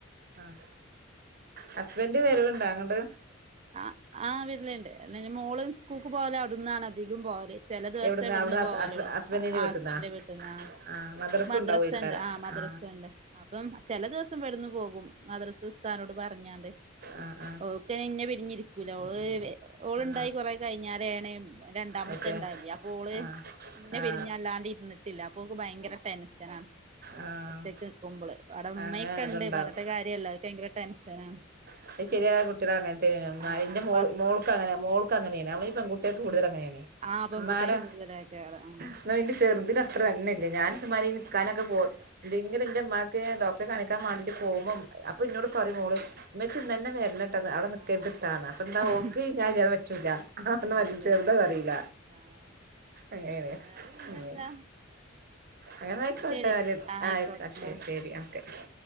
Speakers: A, on the right (about 50°); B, on the right (about 30°).
A: ആഹ് ഹസ്ബന്റ് വെരവ്ണ്ടോ അങ്ങട്ട്?
B: ആഹ് ആഹ് വെര്ല്ണ്ട് അല്ല മോള് സ്കൂക്ക് പോല് അവിടുന്നാണ് അധികും പോല് ചെല ദിവസെ
A: എവിടുന്ന
B: ഇവട്ന്ന്
A: അവിടുന്ന്
B: പോവലോള്ളു
A: ഹസ് ഹസ്ബൻഡിന്റെ
B: ആഹ് ഹസ്ബന്റിന്റെ
A: വീട്ടിന്നാ
B: വീട്ട്ന്ന്
A: ആ
B: ആഹ് മദ്രസ
A: ഉണ്ടാവോയിക്കാരം
B: ഇണ്ട് ആഹ് മദ്രസ
A: ആ
B: ഇണ്ട് അപ്പം ചെല ദിവസം ഇവട്ന്നും പോകും മദ്രസ ഉസ്താദിനോട് പർഞ്ഞാണ്ട്
A: ആഹ് ആഹ്
B: ഓക്കയ്ന് ഇന്നെ പിരിഞ്ഞിരിക്കൂല ഓള് ഓള്ണ്ടായി
A: ആ
B: കൊറെ കഴിഞ്ഞാരെണ് രണ്ടാമത്തെ
A: മറ്റേ
B: ഇണ്ടായത് അപ്പൊ ഓള്
A: ആ
B: ഇന്നെ പിരിഞ്ഞല്ലാണ്ട് ഇര്ന്നിട്ടില്ല അപ്പൊക്ക് ഭയങ്കര ടെൻഷനാണ്
A: ആ ആ
B: ഒറ്റക്ക് നിക്കുമ്പള് അവ്ടെ ഇമ്മക്കെ
A: അങ്ങനെ അതുണ്ടാവും
B: ഇണ്ട് പർഞ്ഞിട്ട് കാര്യല്ല അവക്ക് ഭയങ്കര ടെൻഷനാണ്
A: <unintelligible> കുട്ട്യാള് അങ്ങൻത്തന്നെനു ഇമ്മാര്
B: ആഹ്
A: ഇന്റെ മോള്
B: ഫസ്റ്റ്ത്തെ
A: മോൾക്ക് അങ്ങനെ മോ ക്കെ അങ്ങനെണ് അമ്മളെ പെൺകുട്ടിയാൾക്ക് കൂടുതല് അങ്ങനെണ്
B: ആഹ് പെൺകുട്ടി
A: ഇമ്മാരെ
B: കൂടുതലൊക്കെയാണ് ഉം
A: ഇന്നാ ഇന്റെ ചെർതിന് ഇത്രന്നെല്ല ഞാൻ ഇതുമാതിരി നിക്കാനൊക്കെ പോ എന്തെങ്കിലും ഇന്റെ ഇമ്മാക്ക് ഡോക്ടറെ കാണിക്കാൻ മാണ്ടി പോവുമ്പം അപ്പ ഇന്നോട് പറിം മോള് ഇമ്മച്ചി ഇന്നനെ വേര്ന ട്ടന്ന് അവിടെ നിക്കെര്ത്ട്ടാന്ന്
B: ആഹ് അതാ
A: അപ്പത്താ
B: ആഹ്
A: ഓക്ക് ഞാൻ ഇല്ലാതെ പറ്റൂല <unintelligible>
B: അങ്ങനെ തന്നെയാണ്
A: ചെർത് അത് പറീല
B: ആഹ്
A: അങ്ങനെണ്
B: എന്നാല് പിന്നെന്താ
A: ഉം അങ്ങനെന്നാ അയിക്കോട്ടെന്നാല്
B: ശരി ആയിക്കോട്ടെന്നാ
A: ആഹ് അയ്ക്കോ ശെരി ശെരി ആഹ് ഓക്കെ